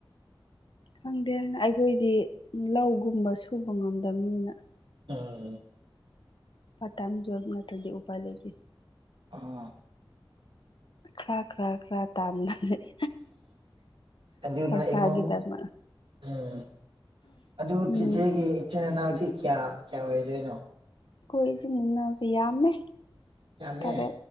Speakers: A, on the left; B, on the right.
A: ꯈꯪꯗꯦ ꯑꯩꯈꯣꯏꯗꯤ ꯂꯧꯒꯨꯝꯕ ꯁꯨꯕ ꯉꯝꯗꯕꯅꯤꯅ
B: ꯑꯥ
A: ꯄꯇꯥꯝ ꯌꯣ ꯅꯠꯇ꯭ꯔꯗꯤ ꯎꯄꯥꯏ ꯂꯩꯒ
B: ꯑꯥ
A: ꯈꯔ ꯈꯔ ꯈꯔ ꯇꯥꯝꯅ ꯂꯩ
B: ꯑꯗꯨꯅ
A: ꯈꯣꯔꯁꯥꯒꯤꯗꯃꯛ
B: ꯏꯃꯨꯡ ꯎꯝ ꯑꯗꯨ
A: ꯎꯝ
B: ꯆꯦꯆꯦꯒꯤ ꯏꯆꯤꯟꯜ ꯏꯅꯥꯎꯗꯤ ꯀꯌꯥ ꯀꯌꯥ ꯑꯣꯏꯗꯣꯏꯅꯣ
A: ꯀꯣꯏꯁꯤ ꯅꯤꯡꯟꯅꯁꯤ ꯌꯥꯃꯦ
B: ꯌꯥꯝꯃꯦ
A: ꯇꯔꯦ